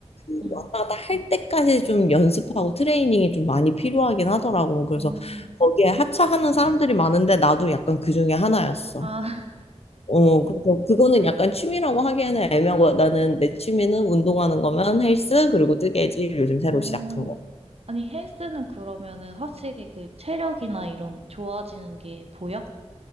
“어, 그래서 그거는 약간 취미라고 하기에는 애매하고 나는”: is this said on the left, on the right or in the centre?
Left